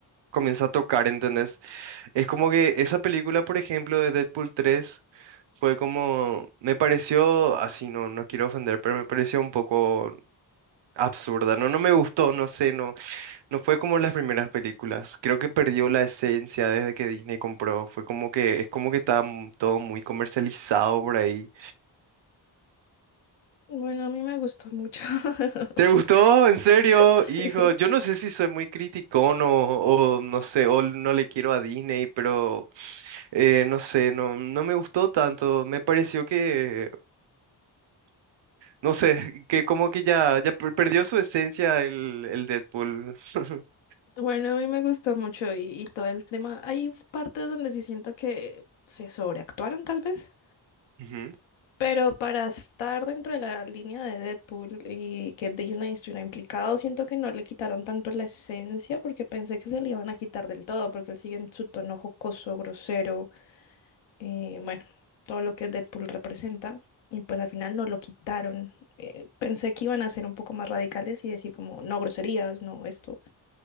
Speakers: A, on the right; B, on the left.
A: comenzó a tocar, ¿entendés? Es como que esa película, por ejemplo, de Deadpool 3 fue como... me pareció, así, no, no quiero ofender, pero me pareció un poco absurda, ¿no? No me gustó, no sé, no, No fue como las primeras películas. Creo que perdió la esencia desde que Disney compró. Fue como que, es como que está m- todo muy comercializado por ahí.
B: Bueno, a mí me gustó mucho. <laughs>
A: ¿Te gustó? ¿En serio?
B: Sí.
A: Hijo, yo no sé si soy muy criticón o, o no sé, o no le quiero a Disney, pero eh, no sé, no, no me gustó tanto. Me pareció que, no sé, que como que ya, ya per- perdió su esencia el, el Deadpool. <laughs>
B: Bueno, a mí me gustó mucho y, y todo el tema. Hay partes donde sí siento que se sobreactuaron, tal vez.
A: Ujú.
B: Pero para estar dentro de la línea de Deadpool y que Disney estuviera implicado, siento que no le quitaron tanto la esencia porque pensé que se le iban a quitar del todo, porque él sigue en su tono jocoso, grosero, eh, bueno, todo lo que Deadpool representa. Y pues al final no lo quitaron. Eh, pensé que iban a ser un poco más radicales y decir como, no groserías, no esto.